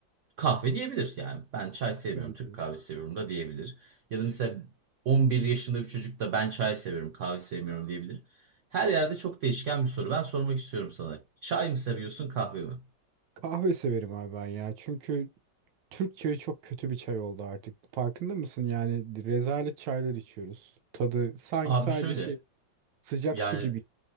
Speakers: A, on the right; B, on the right.
A: Kahve diyebilir yani ben çay sevmiyorum
B: Tabii
A: Türk
B: ki.
A: kahvesi seviyorum da diyebilir. Ya da mesela 11 yaşında bir çocuk da ben çay seviyorum kahve sevmiyorum diyebilir. Her yerde çok değişken bir soru. Ben sormak istiyorum sana. Çay mı seviyorsun kahve mi?
B: Kahve severim abi ben ya. Çünkü Türk çayı çok kötü bir çay oldu artık. Farkında mısın? Yani rezalet çaylar içiyoruz. Tadı sanki
A: Abi
B: sadece
A: şöyle
B: şey, sıcak
A: yani
B: su gibi.